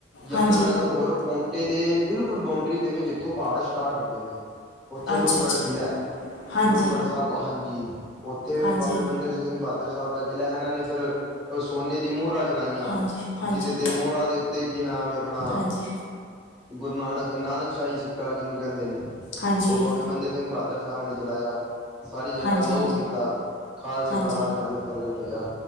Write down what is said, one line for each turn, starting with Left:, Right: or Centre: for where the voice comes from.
Centre: ਯਮਨਾਨਗਰ
Left: ਹਾਂਜੀ
Centre: ਹੋਰ ਪੌਂਟ ਪੌਂਂਟੇ ਦੇ ਬਿਲਕੁਲ ਬਾਉਂਡਰੀ ਤੇ ਵੀ ਜਿੱਥੋਂ ਪਾੜ ਸਟਾਟ ਹੁੰਦੇ ਨੇ। ਓਥੇ ਲੋਹਗੜ੍ਹ
Left: ਅੱਛਾ ਅੱਛਾ
Centre: ਕਿਲ੍ਹਾ ਐ,
Left: ਹਾਂਜੀ
Centre: ਲੋਹਗੜ੍ਹ ਸਾਬ ਹਾਂਜੀ ਓਥੇ
Left: ਹਾਂਜੀ
Centre: ਬਾਬੇ ਬੰਦੇ ਸਿੰਘ ਬਾਦਰ ਸਾਬ ਦਾ ਕਿਲ੍ਹਾ, ਏਨਾਂ ਨੇ ਫੇਰ ਸੋਨੇ ਦੀ ਮੋਰਾਂ ਚਲਾਈਆਂ
Left: ਹਾਂਜੀ ਹਾਂਜੀ
Centre: ਜੀਦੇ ਤੇ ਮੋਰਾਂ ਦੇ ਉੱਤੇ ਕੀ ਨਾਮ ਏ ਆਪਣਾ
Left: ਹਾਂਜੀ
Centre: ਗੁਰੂ ਨਾਨਕ, ਨਾਨਕਸ਼ਾਈ ਸ਼ਿੱਕਾ ਜਿਨੂੰ ਕੈੰਦੇ ਨੇ।
Left: ਹਾਂਜੀ
Centre: ਓ ਬਾਬੇ ਬੰਦੇ ਸਿੰਘ ਬਾਦਰ ਸਾਬ ਨੇ ਚਲਾਆ ਸਾਰੀ ਜਗਾ
Left: ਹਾਂਜੀ
Centre: ਲੋ
Left: ਹਾਂਜੀ
Centre: ਕੀਤਾ, ਖਾਲਸੇ
Left: ਹਾਂਜੀ
Centre: ਦਾ ਰਾਜ ਐਵੇਂ ਪ੍ਰਗਟ ਹੋਆ,